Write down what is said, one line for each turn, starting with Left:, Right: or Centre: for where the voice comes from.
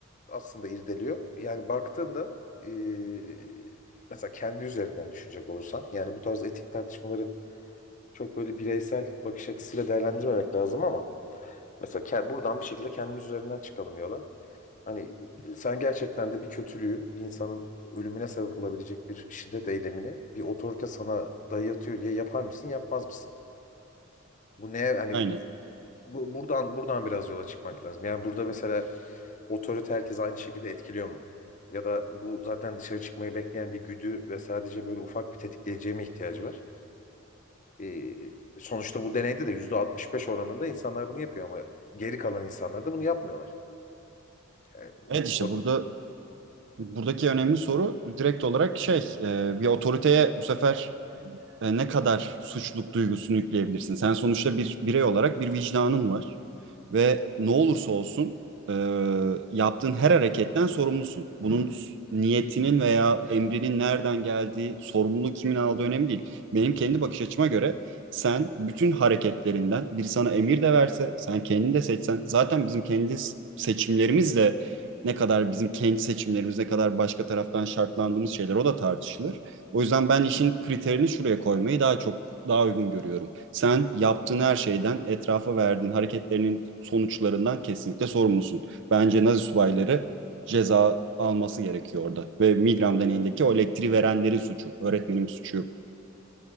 Left: aslında irdeliyor. Yani baktığında eee, mesela kendi üzerinden düşünecek olursan, yani bu tarz etik tartışmaları çok böyle bireysel bakış açısıyla değerlendirmemek lazım ama mesela ke- buradan bir şekilde kendimiz üzerinden çıkalım yola. Hani e, sen gerçekten de bir kötülüğü, bir insanın ölümüne sebep olabilecek bir şiddet eylemini bir otorite sana dayatıyor diye yapar mısın, yapmaz mısın? Bu neye hani
Right: Aynen.
Left: bu- buradan buradan biraz yola çıkmak lazım. Yani burada mesela otorite herkes aynı şekilde etkiliyor mu? Ya da bu zaten dışarı çıkmayı bekleyen bir güdü ve sadece böyle ufak bir tetikleyiciye mi ihtiyacı var? E, sonuçta bu deneyde de %65 oranında insanlar bunu yapıyor ama geri kalan insanlar da bunu yapmıyorlar. Yani
Right: Evet
Left: o-
Right: işte burada buradaki önemli soru direkt olarak şey e, bir otoriteye bu sefer e, ne kadar suçluluk duygusunu yükleyebilirsin? Sen sonuçta bir birey olarak bir vicdanın var ve ne olursa olsun e, yaptığın her hareketten sorumlusun. Bunun niyetinin veya emrinin nereden geldiği, sorumluluğu kimin aldığı önemli değil. Benim kendi bakış açıma göre sen bütün hareketlerinden biri sana emir de verse, sen kendini de seçsen, zaten bizim kendi seçimlerimiz de ne kadar bizim kendi seçimlerimiz ne kadar başka taraftan şartlandığımız şeyler o da tartışılır. O yüzden ben işin kriterini şuraya koymayı daha çok daha uygun görüyorum. Sen yaptığın her şeyden, etrafa verdiğin hareketlerinin sonuçlarından kesinlikle sorumlusun. Bence Nazi subayları ceza alması gerekiyor orada. Ve Milgram deneyindeki o elektriği verenlerin suçu. Öğretmenin suçu yok.